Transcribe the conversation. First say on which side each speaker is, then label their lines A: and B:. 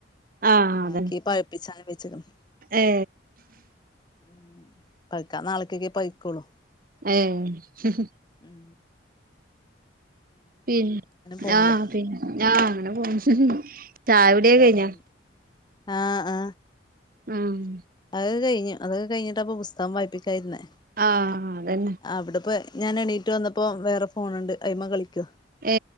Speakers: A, on the right; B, on the left.
A: ആഹ്
B: ബാക്കി
A: അതന്നെ
B: പഴുപ്പിച്ചാണ് വെച്ചിക്ക്ണ്
A: ഏ
B: ഉം പയ്ക്കാൻ നാളക്കൊക്കെ പയ്ക്കോള്ളൂ
A: ഏഹ്
B: ഉം
A: പിന്ന
B: പോണില്ലേ
A: ആഹ് പിന്നെ ആഹ് അങ്ങനെ പോണ് ചായാകൂടി ഒക്കെ
B: ഉം
A: കഴിഞ്ഞോ
B: ആഹ് ആഹ്
A: ആഹ്
B: അത് കഴിഞ്ഞു അതൊക്കെ കഴിഞ്ഞിട്ട് ഇപ്പൊ പുസ്തകം വായിപ്പിക്കായിനിരുന്നേ
A: ആഹ് അതന്നെ
B: അവിടെപ്പോ ഞാൻ എണീറ്റ് വന്നപ്പോ വേറെ ഫോണുണ്ട് അയിമ്മ കളിക്കാ
A: ഏ